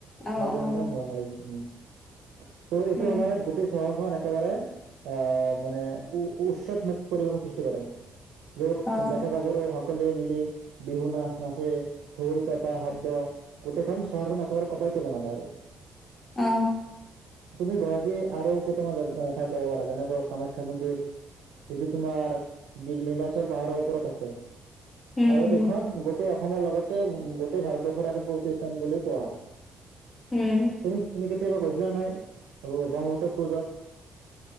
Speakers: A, on the left; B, on the right.
A: অ অ
B: বহাগ বিহু ৰঙালী বিহু উম ত' এইটো
A: উম
B: আমাৰ গোট টো চহৰখন একেবাৰে আহ মানে উ উৎসৱ মুুখ পৰিৱেশৰ সৃষ্টি কৰে যত
A: অ
B: ডেকা গাভৰু সকলে মিলি বিহু নাচ নাচে ঢোল পেপাৰ শব্দ গোটেইখন চহৰখন একেবাৰে কপাই তোলে মানে আৰু
A: অ
B: তুমি গুৱাহাটী আৰু কেইটামান আ ঠাইত যাব পাৰা যেনেকে কামাখ্যা মন্দিৰ যিটো তোমাৰ নী নীলাচৰ পাহাৰৰ ওপৰত আছে
A: উম
B: আৰু
A: হম
B: এইখন গোট টেই অসমৰ লগতে গোটেই ভাৰতবৰ্ষৰ এখন প্ৰতিষ্ঠান বুলিও কোৱা হয়
A: উম
B: তুমি তুমি কেতিয়াবা গৈছিলা নাই ব ব্ৰহ্মপুত্ৰ পুজত